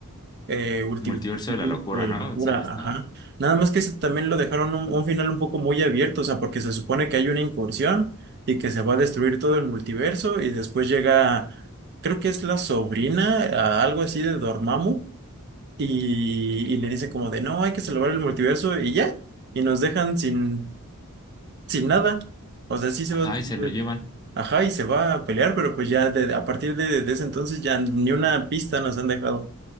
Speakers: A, on the right; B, on the left.
A: eh, último,
B: multiverso de la locura,
A: la locura,
B: ¿no? Sale esta.
A: ajá. Nada más que ese también lo dejaron un, un final un poco muy abierto, o sea, porque se supone que hay una incursión y que se va a destruir todo el multiverso y después llega, creo que es la sobrina, a algo así de Dormammu y, y le dice como de, no, hay que salvar el multiverso y ya, y nos dejan sin, sin nada. O sea, sí se
B: Ajá,
A: va a destruir.
B: y se lo llevan.
A: Ajá, y se va a pelear, pero pues ya de- a partir de, de ese entonces ya ni una pista nos han dejado.